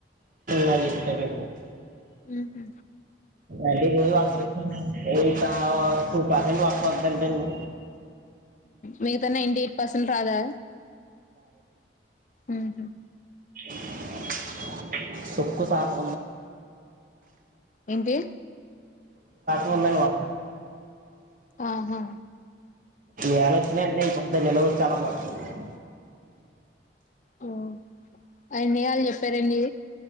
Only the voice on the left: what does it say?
ఉహు
మిగతా నైన్టి ఎయిట్ పర్సెంట్ రాదా ఉహు
ఏంటి
ఆహా
ఆ అన్ని వాళ్ళు చెప్పారండి